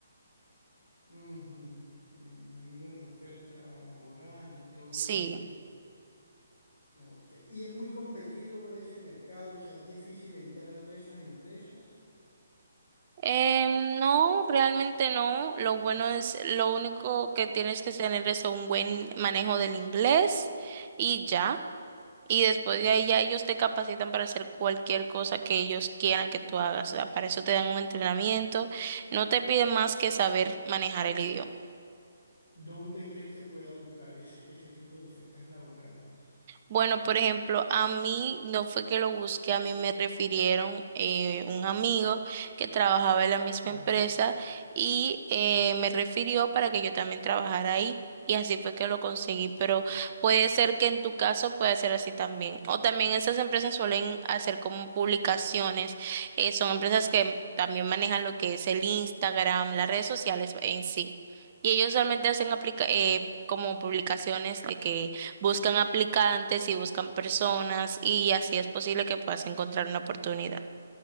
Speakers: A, on the left; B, on the right.
A: ujú. Sí, me imagino de la oferta laboral y todo
B: Sí.
A: esto. Ok. Y es muy competido ese mercado, o sea, es difícil entrar a esas empresas.
B: Em, no, realmente no. Lo bueno es, lo único que tienes que tener es un buen manejo del inglés y ya. Y después de ahí ya ellos te capacitan para hacer cualquier cosa que ellos quieran que tú hagas. O sea, para eso te dan un entrenamiento. No te piden más que saber manejar el idioma.
A: ¿Dónde crees que pueda buscar ese, ese tipo de ofertas laborales?
B: Bueno, por ejemplo, a mí no fue que lo busqué, a mí me refirieron eh, un amigo que trabajaba en la misma
A: Ujú.
B: empresa y eh, me refirió para que yo también trabajara ahí. Y así fue que lo conseguí, pero puede ser que en tu caso pueda ser así también. O también esas empresas suelen hacer como publicaciones. eh, son empresas que también manejan lo que es el Instagram, las redes sociales en sí. Y ellos solamente hacen aplica eh, como publicaciones de que buscan aplicantes y buscan personas y así es posible que puedas encontrar una oportunidad.